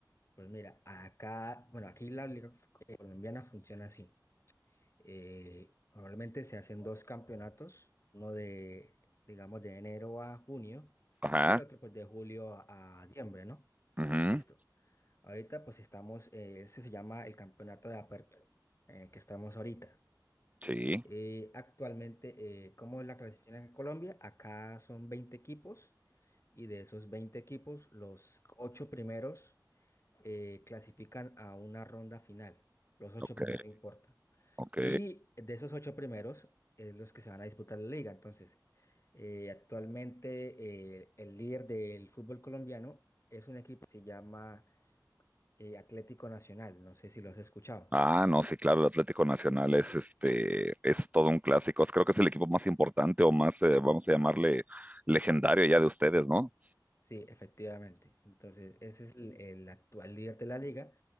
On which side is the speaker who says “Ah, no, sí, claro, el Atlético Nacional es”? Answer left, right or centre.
Right